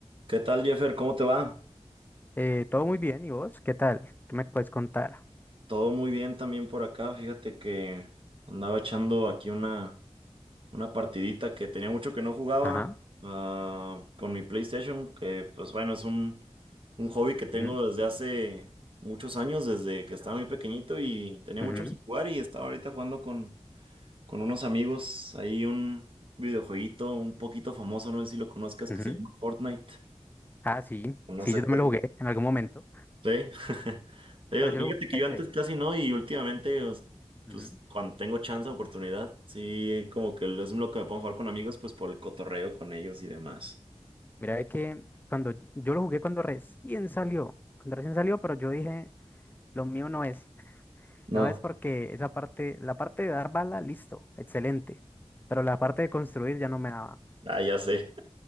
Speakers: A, on the right; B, on the left.
A: ¿Qué tal, Jeffer? ¿Cómo te va?
B: Eh, todo muy bien, ¿y vos? ¿Qué tal? ¿Qué me puedes contar?
A: Todo muy bien también por acá. Fíjate que andaba echando aquí una, una partidita que tenía mucho que no jugaba
B: Ajá.
A: ah, con mi PlayStation, que pues bueno, es un, un hobby que tengo
B: ujú,
A: desde hace muchos años, desde que estaba muy pequeñito y tenía
B: ujú,
A: mucho que jugar y estaba ahorita jugando con, con unos amigos. Ahí un videojueguito un poquito famoso, no sé si lo conozcas,
B: ujú.
A: que se llama Fortnite.
B: Ah, sí,
A: No
B: sí,
A: sé
B: yo también
A: qué
B: lo jugué en algún momento,
A: Sí. <laughs> Yo-
B: pero yo
A: Fíjate
B: lo jugué
A: que
B: en
A: yo
B: PC.
A: antes casi no y últimamente, pues, pues,
B: ujú.
A: cuando tengo chance, oportunidad, sí, como que es lo que me pongo a jugar con amigos, pues por el cotorreo con ellos y demás.
B: Mira, es que cuando yo lo jugué cuando recién salió, cuando recién salió, pero yo dije, lo mío no es,
A: No,
B: no es porque esa parte, la parte de dar bala, listo, excelente, pero la parte de construir ya no me daba.
A: ah, ya sé,